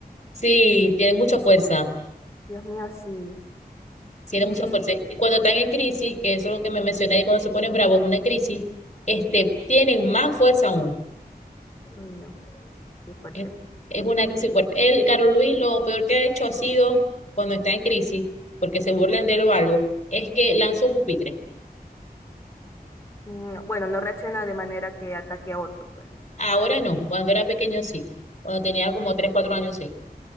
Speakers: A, on the left; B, on the left.
A: Sí, tiene mucha fuerza.
B: Dios mío, sí.
A: Tiene
B: Y,
A: mucha fuerza. Y cuando están en crisis, que eso es lo que me mencioné, y cuando se ponen bravos, una crisis, este, tienen más fuerza aún.
B: uy, no, qué fuerte.
A: Es, es una crisis fuerte. Él, Carlos Luis, lo peor que ha hecho ha sido cuando está en crisis, porque se burlen de él o algo, es que lanzó un pupitre.
B: Mm, Bueno, no reacciona de manera que ataque a otro, pues.
A: Ahora no, cuando era pequeño sí, cuando tenía como 3 4 años sí,